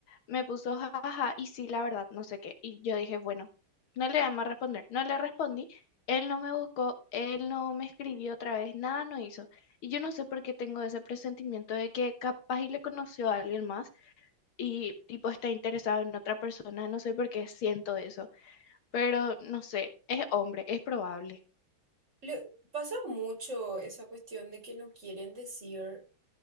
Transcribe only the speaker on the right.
Le- pasa mucho esa cuestión de que no quieren decir